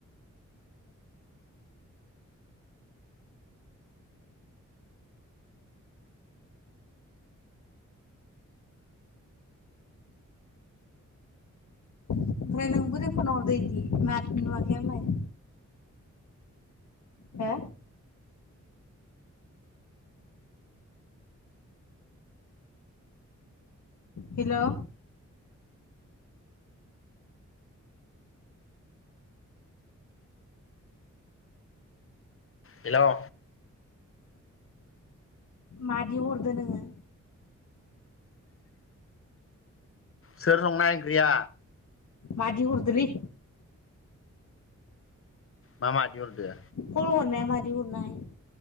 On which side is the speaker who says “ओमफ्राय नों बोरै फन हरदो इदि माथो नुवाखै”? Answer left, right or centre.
Left